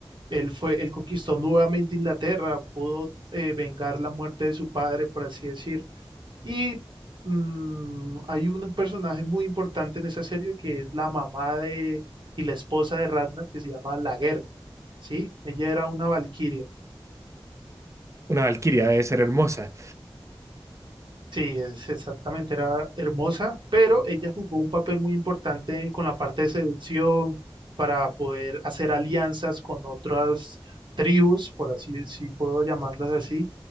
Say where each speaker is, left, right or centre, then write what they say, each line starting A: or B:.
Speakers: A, on the right (about 60°); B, on the right (about 30°).
A: Él fue, él conquistó nuevamente Inglaterra, pudo eh, vengar la muerte de su padre, por así decir. Y mm, hay un personaje muy importante en esa serie que es la mamá de y la esposa de Ragnar, que se llama Lagertha, ¿sí? Ella era una valquiria
B: Una valquiria debe ser hermosa.
A: Sí, es exactamente, era hermosa, pero ella jugó un papel muy importante con la parte de seducción para poder hacer alianzas con otras tribus, por así, si puedo llamarlas así,